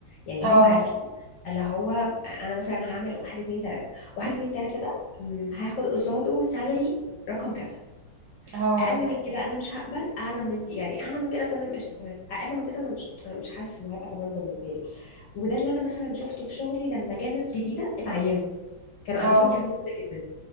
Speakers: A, on the left; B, on the right.
A: يعني
B: اه
A: هم عارفين اللي هو انا مثلا هعمل واحد اتنين تلاتة واحد اتنين تلاتة ده مم، هاخد قصاده سالري رقم كذا
B: اه
A: اقل من كده انا مش هقبل اعلى من يعني اعلى من كده تمام قشطه تمام اقل من كده انا مش مش حاسس انه هيبقى تمام بالنسبه لي وده اللي انا مثلا شفته في شغلي لما جه ناس جديده اتعينوا كانوا قادرين
B: اه
A: يعملوا كده جدا